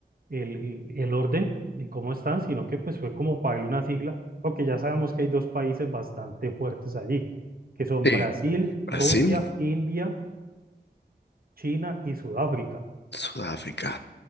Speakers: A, on the right; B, on the left.
A: el, el- orden y cómo están, sino que pues fue como para darle una sigla, porque ya sabemos que hay dos países bastante fuertes allí, que son
B: Sí.
A: Brasil,
B: Brasil,
A: Rusia, India, China y Sudáfrica.
B: Sudáfrica.